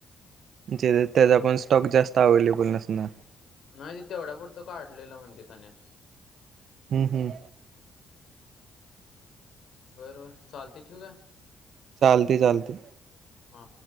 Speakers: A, on the right; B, on the left.
A: ज <unintelligible> त्याचा पण स्टॉक जास्त अवेलेबल नसतो. पु ना <unintelligible>
B: नाही तिथ तेवढा पुुरतं काडलेलं म्हणते तने.
A: हम्म. हम्म.
B: बर, बर चालतय, ठेवू काय?
A: चालतय, चालतय.
B: हा.